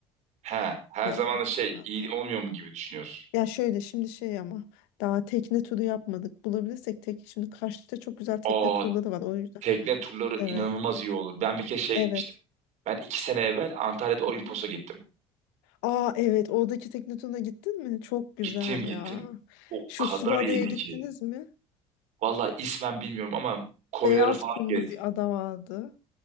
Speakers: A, on the right; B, on the left.
A: He, her
B: Yani.
A: zaman da şey
B: Ha.
A: iyi olmuyor mu gibi düşünüyorsun.
B: Ya şöyle şimdi şey ama daha tekne turu yapmadık. Bulabilirsek tek şimdi Kaş'ta çok güzel tekne
A: Aa
B: turları var o yüzden.
A: tekne turları
B: Evet.
A: inanılmaz iyi olur. Ben bir kere şeye
B: Evet.
A: gitmiştim. Ben iki sene evvel Antalya'da Olimpos'a
B: Hı hı.
A: gittim.
B: Aa evet oradaki tekne turuna gittin mi? Çok güzel
A: Gittim gittim.
B: ya.
A: O
B: Şu
A: kadar
B: Suluada'ya
A: iyiydi
B: gittiniz
A: ki.
B: mi?
A: Vallahi ismen bilmiyorum ama koyları
B: Beyaz
A: falan
B: kumlu
A: gezdik.
B: bir ada vardı.